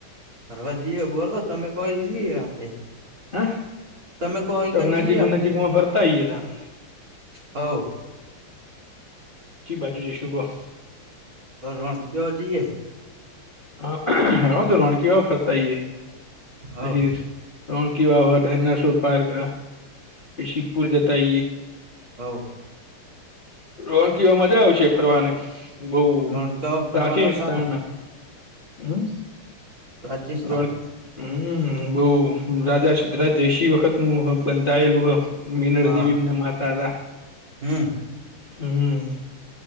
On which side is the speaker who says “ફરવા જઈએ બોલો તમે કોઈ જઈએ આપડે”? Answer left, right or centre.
Right